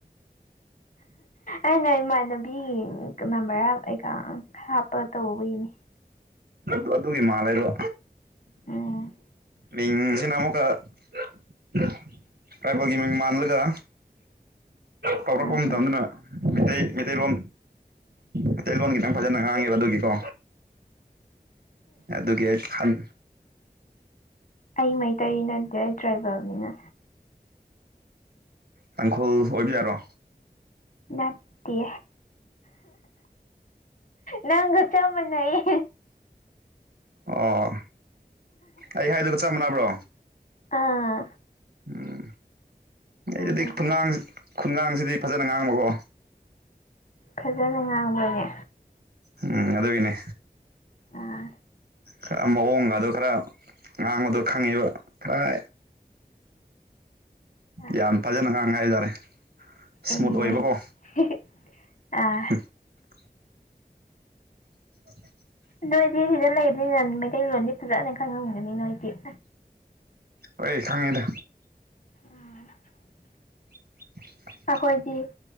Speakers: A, on the left; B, on the right.
A: ꯑꯩꯅ ꯏꯃꯥꯟꯅꯕꯤꯒꯤ ꯅꯝꯕꯔ <unintelligible> ꯍꯥꯞꯄ ꯇꯧꯕꯒꯤꯅꯦ
B: ꯑꯗꯨ ꯑꯗꯨꯒꯤ ꯃꯥꯜꯂꯦꯕꯥ
A: ꯎꯝ
B: ꯃꯤꯡꯁꯤꯅꯥ ꯑꯃꯨꯛꯀꯥ <unintelligible> ꯃꯤ ꯃꯥꯟꯂ ꯇꯧꯔꯛꯄ
A: ꯎꯝ
B: ꯃꯇꯝꯗꯅ ꯃꯩ ꯃꯩꯇꯩꯂꯣꯟ ꯃꯩꯇꯩꯂꯣꯟꯒꯤ ꯅꯪ ꯐꯖꯅ ꯉꯥꯡꯉꯦꯕ ꯑꯗꯨꯒꯤꯀꯣ ꯑꯗꯨꯒꯤ ꯑꯩ ꯈꯥꯟ
A: ꯑꯩ ꯃꯩꯇꯩ ꯅꯠꯇꯦ ꯑꯩ ꯇ꯭ꯔꯥꯏꯕꯦꯜꯅꯤꯅ
B: ꯇꯥꯡꯈꯨꯜ ꯑꯣꯏꯕ ꯌꯥꯔꯣ
A: ꯅꯥꯠꯇꯦ ꯅꯪꯒ ꯆꯃꯅꯏꯌꯦ
B: ꯑꯣ ꯑꯩ ꯍꯥꯏꯗꯨꯒ ꯆꯞ ꯃꯥꯟꯅꯕ꯭ꯔꯣ
A: ꯑꯥ
B: ꯎꯝ ꯑꯩ
A: ꯆꯞ
B: ꯑꯗꯨꯗꯤꯒꯥꯡ
A: ꯃꯥꯟꯅꯩ
B: ꯈꯨꯟꯒꯥꯡꯁꯤꯗꯤ ꯐꯖꯅ ꯉꯥꯡꯕꯀꯣ
A: ꯐꯖꯅ ꯉꯥꯡꯕꯅꯦ
B: ꯎꯝ ꯑꯗꯨꯒꯤꯅꯦ
A: ꯑꯥ
B: ꯈꯔ ꯃꯑꯣꯡꯒꯗꯣ ꯈꯔ ꯉꯥꯡꯕꯗꯣ ꯈꯪꯉꯤꯕ ꯈꯔ
A: ꯑꯥ
B: ꯌꯥꯝ ꯐꯖꯅ ꯉꯥꯡꯉꯦ ꯍꯥꯏꯇꯥꯔꯦ ꯏꯁꯃꯨꯠ
A: ꯑꯦ
B: ꯑꯣꯏꯕꯀꯣ
A: <unintelligible> ꯑꯥ
B: <inaudible> <inaudible>
A: ꯅꯣꯏꯗꯤ ꯁꯤꯗ ꯂꯩꯕꯅꯤꯅ ꯃꯩꯇꯩꯂꯣꯟꯗꯤ ꯐꯖꯅ ꯈꯪꯉꯝꯒꯅꯤ ꯅꯣꯏꯗꯤ
B: ꯍꯣꯏ ꯈꯪꯉꯤꯗ
A: <inaudible>
B: <inaudible>
A: ꯑꯈꯣꯏꯗꯤ